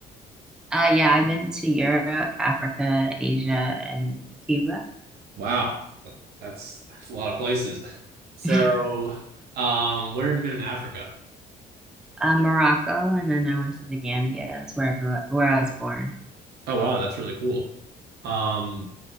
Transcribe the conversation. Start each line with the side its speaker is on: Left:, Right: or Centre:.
Centre: Uh, yeah, I've been to Europe, Africa, Asia, and Cuba.
Right: Wow, that's that's a lot of places. <laughs> So,
Centre: <laughs>
Right: um, where have you been in Africa?
Centre: uh, Morocco, and then I went to the Gambia. That's where I grew up, where I was born.
Right: Oh wow, that's really cool. Um,